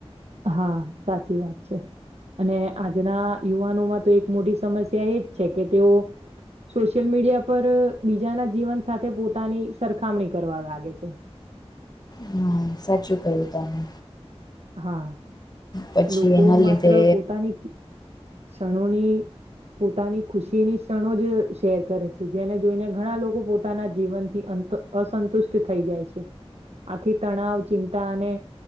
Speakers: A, on the right; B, on the left.
A: હા, સાચી વાત છે. અને આજના યુવાનોમાં તો એક મોટી સમસ્યા એ જ છે કે તેઓ સોશિયલ મીડિયા પર બીજાના જીવન સાથે પોતાની સરખામણી કરવા લાગે છે.
B: હન, સાચુ કયું તમે.
A: હા,
B: પછી
A: લોકો
B: એના લીધે
A: માત્ર પોતાની ખી ક્ષણોની પોતાની ખુશીની ક્ષણો જ શેર કરે છે, જેને જોઈને ઘણા લોકો પોતાના જીવનથી અંત અસંતુષ્ટ થઈ જાય છે. આથી તણાવ ચિંતા અને